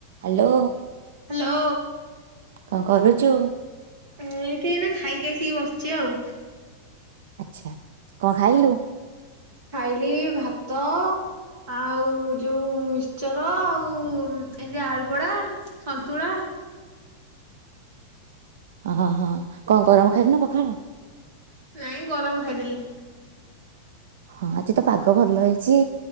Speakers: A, on the right; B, on the right.
A: Hello
B: hello
A: କଣ କରୁ ଜୋ
B: ଏଇଠି ଏନା ଖାଇକି ଆସିକି ବସିଚି ଆଉ।
A: ଆଛା କଣ ଖାଇଲୁ?
B: ଖାଇଲି ଭାତ ଆଉ ଯୋଉ ମିକ୍ଚର ଆଉ ଏମିତି ଆଳୁପୋଡା ସନ୍ତୁଳା।
A: ହଁ ହଁ କଣ ଗରମ ଖାଇଲୁ ନା ପଖାଳ?
B: ନାଇଁ ଗରମ ଖାଇଦେଲି।
A: ହଁ ଆଜି ତ ପାଗ ଭଲ ହେଇଛି